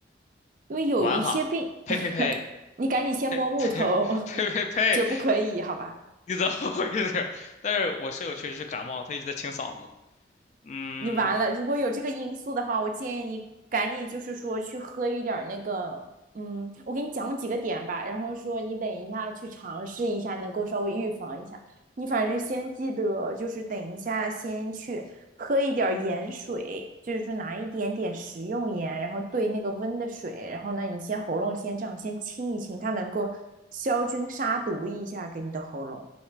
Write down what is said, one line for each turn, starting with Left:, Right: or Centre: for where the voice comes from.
Right: 因为有一些病，
Left: 完了，呸呸呸
Right: 你赶紧先摸木头，
Left: 呸呸呸呸，
Right: <laughs> 绝不可以，好吧？
Left: 你怎么回事？<laughs> 但是我舍友确实是感冒，他一直在清嗓子。嗯，
Right: 你完了，如果有这个因素的话，我建议你赶紧就是说去喝一点儿那个，嗯，我给你讲几个点吧，然后说你等一下去尝试一下，能够稍微预防一下。你反正先记得，就是等一下先去喝一点儿盐水，就是说拿一点点食用盐，然后兑那个温的水，然后呢，你先喉咙先这样先清一清，它能够消菌杀毒一下给你的喉咙。